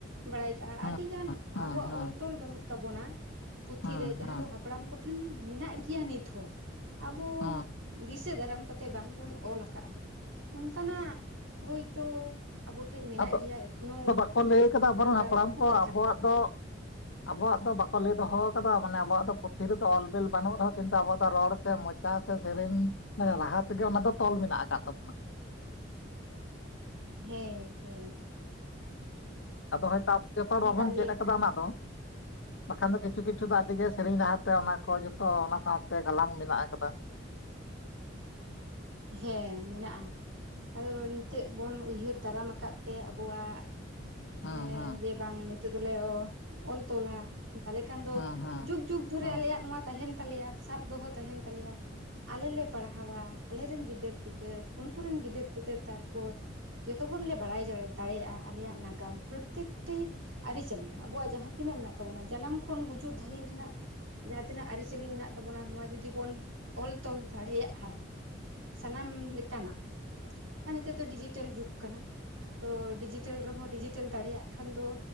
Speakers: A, on the right; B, on the left.
A: ᱵᱟᱲᱟᱭ ᱠᱟᱜᱼᱟ,
B: ᱦᱮᱸ
A: ᱟᱹᱰᱤᱜᱟᱱ
B: ᱦᱮᱸ
A: ᱟᱵᱚᱣᱟᱜ
B: ᱦᱮᱸ
A: ᱚᱞ ᱛᱚᱞ ᱵᱟᱹᱱᱩᱜ ᱛᱟᱵᱚᱱᱟ। ᱯᱩᱛᱷᱤᱨᱮ
B: ᱦᱮᱸ
A: ᱡᱟᱦᱟᱸ
B: ᱦᱮᱸ
A: ᱫᱚ ᱦᱟᱯᱲᱟᱢ ᱠᱚᱴᱷᱮᱱ ᱢᱮᱱᱟᱜ ᱜᱮᱭᱟ ᱱᱤᱛ ᱦᱚᱸ ᱟᱵᱚ
B: ᱦᱮᱸ
A: ᱫᱤᱥᱟᱹ ᱫᱟᱨᱟᱢ ᱠᱟᱛᱮᱫ ᱵᱟᱝᱵᱚᱱ ᱚᱞ ᱟᱠᱟᱫᱼᱟ। ᱚᱱᱠᱟᱱᱟᱜ ᱦᱳᱭ ᱛᱳ ᱟᱵᱚᱴᱷᱮᱡ ᱢᱮᱱᱟᱜ
B: ᱟᱫᱚ
A: ᱜᱮᱭᱟ ᱮᱠᱷᱚᱱᱚ
B: ᱟᱫᱚ ᱵᱟᱠᱚ ᱞᱟᱹᱭ ᱠᱟᱫᱟ ᱟᱵᱚᱨᱮᱱ
A: ᱱᱚᱝᱠᱟᱱ
B: ᱦᱟᱯᱲᱟᱢ
A: ᱩᱠᱩ ᱠᱟᱛᱷᱟ
B: ᱟᱵᱚᱣᱟᱜ
A: ᱠᱚ।
B: ᱫᱚ ᱟᱵᱚᱣᱟᱜ ᱫᱚ ᱵᱟᱠᱚ ᱞᱟᱹᱭ ᱫᱚᱦᱚ ᱟᱠᱟᱫᱟ ᱢᱟᱱᱮ ᱟᱵᱚᱣᱟᱜ ᱫᱚ ᱯᱩᱛᱷᱤ ᱨᱮᱫᱚ ᱚᱞ-ᱵᱤᱞ ᱵᱟᱹᱱᱩᱜ ᱨᱮᱦᱚᱸ ᱠᱤᱱᱛᱩ ᱟᱵᱚᱣᱟᱜ ᱫᱚ ᱨᱚᱲ ᱥᱮ ᱢᱚᱪ ᱪᱟ ᱥᱮ ᱥᱮᱨᱮᱧ ᱢᱟᱱᱮ ᱨᱟᱦᱟ ᱛᱮᱜᱮ ᱚᱱᱟ ᱫᱚ ᱛᱚᱞ ᱢᱮᱱᱟᱜ ᱟᱠᱟᱫ ᱛᱟᱵᱚᱱᱟ
A: ᱦᱮᱸ ᱦᱮᱸ
B: ᱟᱫᱚ ᱦᱚᱭ‌ ᱛᱳ <unintelligible> ᱡᱚᱛᱚ ᱦᱚᱲ
A: ᱚᱱᱠᱟᱜᱮ
B: ᱵᱟᱵᱚᱱ ᱪᱮᱫ ᱠᱟᱫᱟ ᱚᱱᱟ ᱫᱚ ᱵᱟᱠᱷᱟᱱ ᱫᱚ ᱠᱤᱪᱷᱩ ᱠᱤᱪᱷᱩ ᱫᱚ ᱟᱹᱰᱤ ᱜᱮ ᱥᱮᱨᱮᱧ ᱨᱟᱦᱟᱛᱮ ᱚᱱᱟ ᱠᱚ ᱡᱚᱛᱚ ᱚᱱᱟ ᱥᱟᱶᱛᱮ ᱜᱟᱞᱟᱝ ᱢᱮᱱᱟᱜ ᱟᱠᱟᱫᱟ
A: ᱦᱮᱸ ᱢᱮᱱᱟᱜ-ᱟ ᱾ ᱟᱫᱚ ᱱᱤᱛᱚᱜ ᱵᱚᱱ ᱩᱭᱦᱟᱹᱨ ᱫᱟᱨᱟᱢ ᱟᱠᱟᱫ ᱛᱮ ᱟᱵᱚᱣᱟᱜ
B: ᱦᱮᱸ
A: ᱮᱸ
B: ᱦᱮᱸ
A: ᱡᱮ ᱵᱟᱝ ᱱᱤᱛᱚᱜ ᱫᱚᱞᱮ ᱚᱞ ᱛᱚᱞᱟ ᱾ ᱛᱟᱦᱞᱮ ᱠᱷᱟᱱ ᱫᱚ
B: ᱦᱮᱸ ᱦᱮᱸ
A: ᱡᱩᱜᱽ ᱡᱩᱜᱽ ᱫᱷᱚᱨᱮ
B: ᱦᱳᱭ
A: ᱟᱞᱮᱭᱟᱜ ᱱᱚᱣᱟ ᱛᱟᱦᱮᱱ ᱛᱟᱞᱮᱭᱟ, ᱥᱟᱵ ᱫᱚᱦᱚ ᱛᱟᱦᱮᱱ ᱛᱟᱞᱮᱭᱟ ᱟᱞᱮ ᱞᱮ ᱯᱟᱲᱦᱟᱣᱟ ᱾ ᱟᱞᱮ ᱨᱮᱱ ᱜᱤᱫᱟᱹᱨ ᱯᱤᱫᱟᱹᱨ, ᱩᱱᱠᱩ ᱨᱮᱱ ᱜᱤᱫᱟᱹᱨ ᱯᱤᱫᱟᱹᱨ ᱛᱟᱨᱯᱚᱨ ᱡᱚᱛᱚ ᱦᱚᱲ ᱞᱮ ᱵᱟᱲᱟᱭ ᱫᱟᱲᱮᱭᱟᱜ-ᱟ ᱟᱞᱮᱭᱟᱜ ᱱᱟᱜᱟᱢ ᱾ ᱯᱨᱚᱛᱛᱮᱠ ᱴᱤ ᱟᱹᱨᱤᱪᱟᱹᱞᱤ ᱟᱵᱚᱣᱟᱜ ᱡᱟᱦᱟᱸ ᱛᱤᱱᱟᱹᱜ ᱢᱮᱱᱟᱜ ᱛᱟᱵᱚᱱᱟ ᱡᱟᱱᱟᱢ ᱠᱷᱚᱱ ᱜᱩᱡᱩᱜ ᱫᱷᱟᱹᱨᱤᱡ ᱨᱮᱱᱟᱜ ᱡᱟᱦᱟᱸ ᱛᱤᱱᱟᱹᱜ ᱟᱹᱨᱤᱪᱟᱹᱞᱤ ᱢᱮᱱᱟᱜ ᱛᱟᱵᱚᱱᱟ ᱱᱚᱣᱟ ᱡᱩᱫᱤ ᱵᱚᱱ ᱚᱞ ᱛᱚᱞ ᱫᱟᱲᱮᱭᱟᱜ-ᱟ <inaudible> ᱥᱟᱱᱟᱢ ᱞᱮᱠᱟᱱᱟᱜ <inaudible> ᱟᱨ ᱱᱤᱛᱳᱜ ᱫᱚ ᱰᱤᱡᱤᱴᱮᱞ ᱡᱩᱜᱽ ᱠᱟᱱᱟ, ᱛᱚ ᱰᱤᱡᱤᱴᱮᱞ ᱨᱮᱦᱚᱸ ᱰᱤᱡᱤᱴᱮᱞ ᱫᱟᱲᱮᱭᱟᱜ ᱠᱷᱟᱱ ᱫᱚ